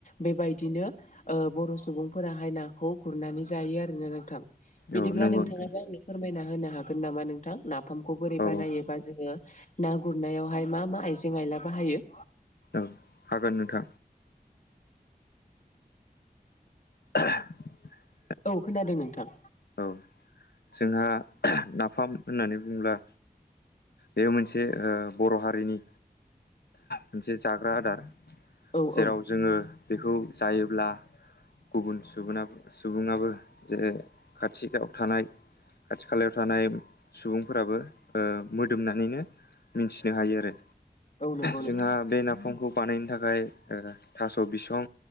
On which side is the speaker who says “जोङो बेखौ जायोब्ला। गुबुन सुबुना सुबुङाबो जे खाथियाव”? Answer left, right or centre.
Left